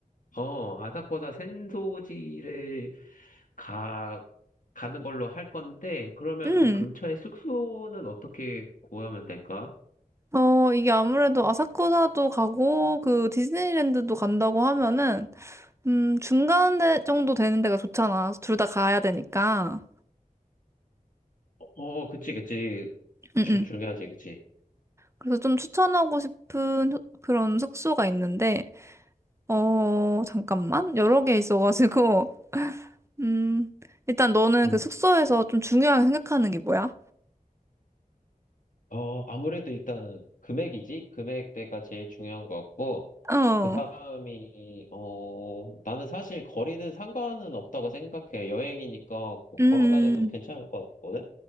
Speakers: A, on the left; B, on the right.
A: 어, 아사코사 센소지를 가, 가는 걸로 할 건데 그러면
B: 음.
A: 그 근처에 숙소는 어떻게 구하면 될까?
B: 어, 이게 아무래도 아사쿠사도 가고, 그 디즈니랜드도 간다고 하면은, 음, 중간 데- 정도 되는 데가 좋잖아. 둘 다 가야 되니까.
A: 어, 그치, 그치.
B: 음,
A: 주,
B: 음.
A: 중요하지, 그치.
B: 그래서 좀 추천하고 싶은 휴- 그런 숙소가 있는데, 어, 잠깐만. 여러 개 있어가지고, <laughs> 음, 일단 너는
A: 응.
B: 그 숙소에서 좀 중요하게 생각하는 게 뭐야?
A: 어, 아무래도 일단 금액이지? 금액대가 제일 중요한 것 같고,
B: 어,
A: 그 다음이, 어, 나는 사실 거리는 상관은 없다고 생각해. 여행이니까 뭐
B: 음,
A: 걸어 다녀도
B: 음.
A: 괜찮을 것 같거든?